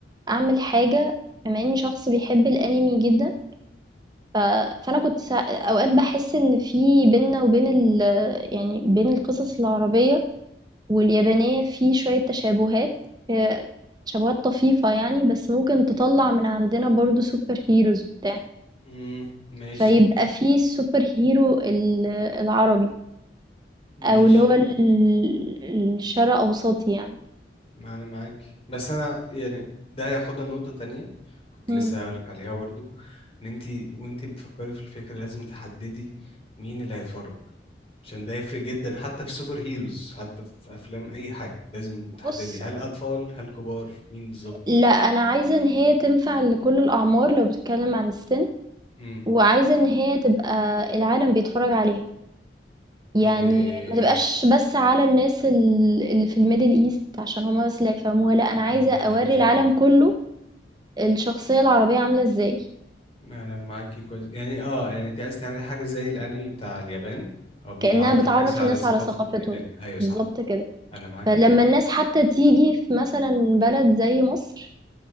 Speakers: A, on the right; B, on the left.
A: أعمل حاجة بما إني شخص بيحب الأنمي جدا ف... فأنا كنت سا... أوقات بحس إن في بينا وبين ال... يعني بين القصص العربية واليابانية في شوية تشابهات آه، تشابهات طفيفة يعني بس ممكن تطلع من عندنا برضو سوبر هيروز وبتاع
B: مم، ماشي
A: فيبقى في السوبر هيرو ال- العربي أو
B: ماشي
A: اللي هو ال- الشرق أوسطي يعني
B: ما انا معاك بس انا يعني ده هياخدنا لنقطة تانية كنت
A: مم.
B: لسه هقولك عليها برضو ان انت وانت بتفكري في الفكرة لازم تحددي مين اللي هيتفرج عشان ده يفرق جدا حتى في سوبر هيروز حتى في افلام اي حاجة لازم تحددي
A: بص
B: هل اطفال هل كبار مين بالظبط
A: لأ، أنا عايزة إن هي تنفع لكل الأعمار لو بتتكلم عن السن،
B: امم
A: وعايزة إن هي تبقى العالم بيتفرج عليها، يعني
B: إيه...
A: ما تبقاش بس على الناس ال اللي في الMiddle East عشان هُم بس اللي هيفهموها، لأ، أنا عايزة
B: انا معاكي
A: أورّي
B: 100%
A: العالم كله الشخصية العربية عاملة إزاي،
B: انا معاكي كويس يعني اه يعني انت عايز تعملي حاجة زي الانمي بتاع اليابان او بيعرف
A: كأنها بتعرّف
B: الناس على
A: الناس
B: ثقافة
A: على ثقافتهم،
B: اليابان ايوه صح
A: بالضبط كده،
B: انا معاكي
A: فلمّا
B: جدا
A: الناس حتى تيجي في مثلًا بلد زي مصر